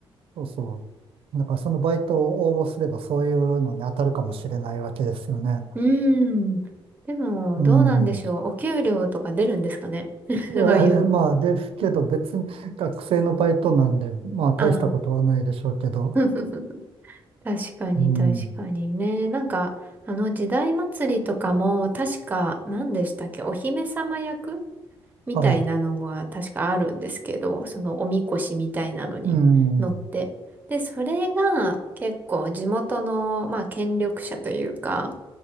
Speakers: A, on the right; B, on the right.
A: うそう。だからそのバイトを応募すればそういうのに当たるかもしれないわけですよね。
B: うーん。でも、
A: うん。
B: どうなんでしょう。お給料とか出るんですかね。<laughs>
A: いや、
B: ああいうの。
A: でまあ、ですけど別に学生のバイトなんで、まあ大したことはないでしょうけど。
B: ああ。<laughs> 確かに、
A: うん。
B: 確かにね。なんか、あの、時代祭りとかも、確か、何でしたっけお姫様役みたいなのが確かあるんですけど、
A: はい。
B: そのおみこしみたいなのに乗って。
A: うん。
B: で、それが結構地元の、まあ、権力者というか、